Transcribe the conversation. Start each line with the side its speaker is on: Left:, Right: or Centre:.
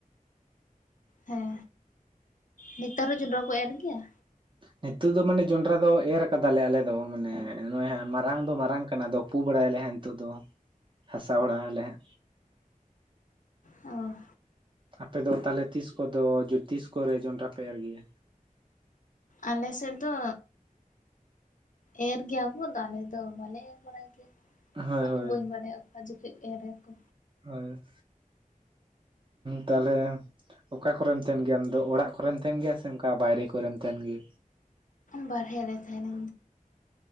Left: ᱦᱮᱸ ᱱᱮᱛᱟᱨ ᱦᱚᱸ ᱡᱚᱸᱰᱨᱟ ᱠᱚ ᱮᱨ ᱜᱮᱭᱟ᱾
Right: ᱱᱤᱛᱳᱜ ᱫᱚ ᱢᱟᱱᱮ ᱡᱚᱸᱰᱨᱟ ᱫᱚ ᱮᱨ ᱠᱟᱫᱟᱞᱮ ᱟᱞᱮ ᱫᱚ᱾ ᱢᱟᱱᱮ ᱱᱚᱜᱚᱭ ᱢᱟᱨᱟᱝ ᱫᱚ ᱢᱟᱨᱟᱝ ᱠᱟᱱᱟ᱾ ᱫᱚ ᱩ ᱵᱟᱲᱟᱭᱟᱞᱮ ᱦᱜ ᱱᱤᱛᱚᱜ ᱫᱚ᱾ ᱦᱟᱥᱟ ᱵᱟᱲᱟᱭ ᱟᱞᱮ ᱦᱜ᱾
Left: ᱚ
Right: ᱟᱯᱮᱫ ᱫᱚ ᱛᱟᱦᱚᱞᱮ ᱛᱤᱥ ᱠᱚᱼᱫᱚ ᱛᱤᱥ ᱠᱚᱨᱮ ᱡᱚᱱᱽᱰᱨᱟ ᱯᱮ ᱮᱨ ᱜᱮᱭᱟ᱾
Left: ᱟᱞ ᱥᱮᱫ ᱫᱚ ᱮᱨ ᱜᱮᱭᱟ ᱵᱚ ᱫᱚ ᱾ ᱟᱞᱮ ᱫᱚ ᱵᱟᱞᱮ ᱮᱨ ᱵᱟᱲᱟᱭ ᱜᱮᱭᱟ᱾
Right: ᱦᱳᱭ
Left: ᱟᱫᱚ
Right: ᱦᱳᱭ
Left: ᱵᱟᱹᱧ ᱵᱟᱲᱟᱭᱟ᱾ ᱚᱠᱟ ᱡᱚᱠᱷᱮᱡ ᱮᱨ ᱟᱠᱚ
Right: ᱦᱳᱭ ᱛᱟᱦᱮ ᱚᱠᱟ ᱠᱚᱨᱮᱢ ᱛᱟᱦᱮᱱ ᱜᱮᱭᱟ᱾ ᱟᱢᱫᱚ ᱚᱲᱟᱜ ᱠᱚᱨᱮᱢ ᱛᱟᱦᱮᱱ ᱜᱮᱭᱟ᱾ ᱥᱮ ᱚᱱᱠᱟ ᱵᱟᱭᱨᱮ ᱠᱚᱨᱮᱢ ᱛᱟᱦᱮᱱ ᱜᱮ᱾
Left: ᱵᱟᱮᱨᱭᱟ ᱟ ᱛᱟᱦᱮᱱᱟ᱾